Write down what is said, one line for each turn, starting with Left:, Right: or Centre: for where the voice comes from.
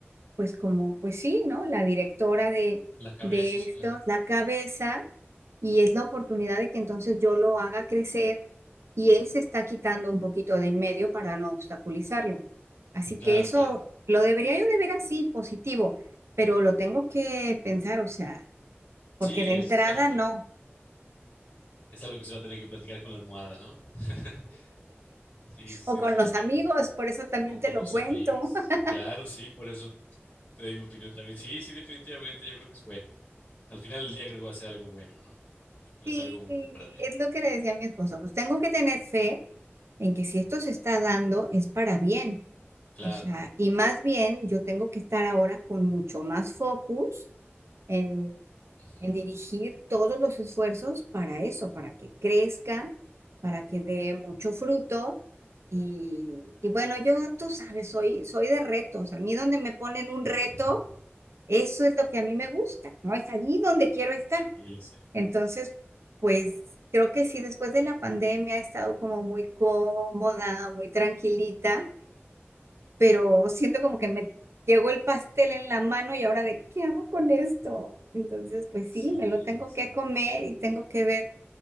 Right: pues como, pues sí, ¿no? La directora de,
Left: La cabeza,
Right: de
Left: sí,
Right: esto,
Left: claro.
Right: la cabeza, y es la oportunidad de que entonces yo lo haga crecer y él se está quitando un poquito de en medio para no obstaculizarlo. Así
Left: Claro,
Right: que eso
Left: claro.
Right: lo debería yo de ver así, positivo, pero lo tengo que pensar, o sea, porque
Left: Sí,
Right: de entrada
Left: es, es algo que,
Right: no,
Left: es algo que se va a tener que platicar con la almohada, ¿no? <laughs> Sí, sí,
Right: o
Left: sí,
Right: con
Left: definitivamente.
Right: los amigos, por eso también
Left: O con
Right: te lo
Left: los
Right: cuento.
Left: amigos.
Right: <laughs>
Left: Claro, sí, por eso te doy mi opinión también. Sí, sí, definitivamente yo creo que es bueno. Al final del día creo que va a ser algo bueno, ¿no?
Right: Sí,
Left: Va a ser algo bonito para ti.
Right: es lo que le decía a mi esposo, pues tengo que tener fe en que si esto se está dando es para bien
Left: Claro.
Right: O sea, y más bien yo tengo que estar ahora con mucho más focus en,
Left: Ujú.
Right: en dirigir todos los esfuerzos para eso, para que crezca, para que dé mucho fruto. Y, y bueno, yo, tú sabes, soy, soy de retos. A mí donde me ponen un reto,
Left: <laughs>
Right: eso es lo que a mí me gusta, ¿no? Es allí donde quiero estar.
Left: Sí, lo sé.
Right: Entonces, pues creo que sí, después de la pandemia he estado como muy cómoda, muy tranquilita pero siento como que me llegó el pastel en la mano y ahora de qué hago con esto. Entonces, pues sí,
Left: Sí,
Right: me lo tengo
Left: sí,
Right: que
Left: me
Right: comer
Left: imagino.
Right: y tengo que ver,